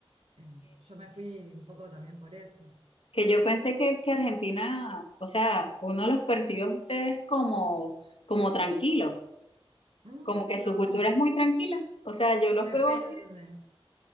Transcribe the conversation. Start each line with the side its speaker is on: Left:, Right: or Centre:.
Right: Eh, yo me fui un poco también por eso.
Left: Que yo pensé que, que Argentina, o sea, uno los percibe a ustedes como, como tranquilos,
Right: Mm,
Left: como que su
Right: no,
Left: cultura
Right: <laughs>
Left: es muy tranquila. O sea, yo los
Right: depende.
Left: veo así.